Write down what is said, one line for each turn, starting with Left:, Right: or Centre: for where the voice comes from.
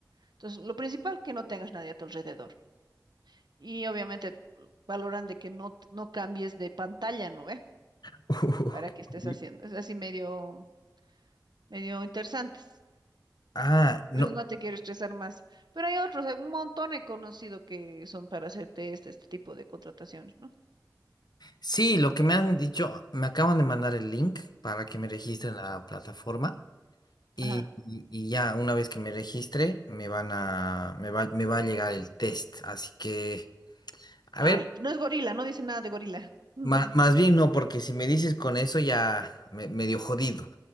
Right: Entonces, lo principal, que no tengas nadie a tu alrededor. Y obviamente valoran de que no, no cambies de pantalla, ¿no ve?
Left: <laughs>
Right: Para que estés haciendo. Es así medio, medio interesantes.
Left: Ah, no.
Right: Por eso no te quiero estresar más. Pero hay otros, hay un montón he conocido que son para hacerte este, este tipo de contrataciones, ¿no?
Left: Sí, lo que me han dicho, me acaban de mandar el link para que me registre en la plataforma y,
Right: Ajá.
Left: y- y ya una vez que me registre me van a, me va, me va a llegar el test. Así que, a
Right: Ay,
Left: ver,
Right: no es gorila, no dice nada de gorila. Mm.
Left: ma- más, bien no, porque si me dices con eso ya me, medio jodido.